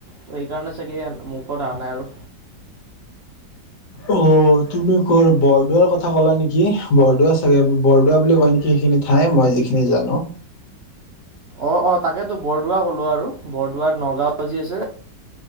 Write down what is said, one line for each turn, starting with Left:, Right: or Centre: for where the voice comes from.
Right: তো সেইকাৰণে চাগে মুখত অহা নাই আৰু
Left: অ', তুমি ক বৰদোৱাৰ কথা ক'লা নেকি বৰদোৱা চাগে বৰদোৱা বুলি কয় নেকি সেইখিনিত খাই মই যিখিনি জানো
Right: অ', অ', তাকেতো বৰদোৱা কলো আৰু বৰদোৱাৰ নগাঁও যি আছে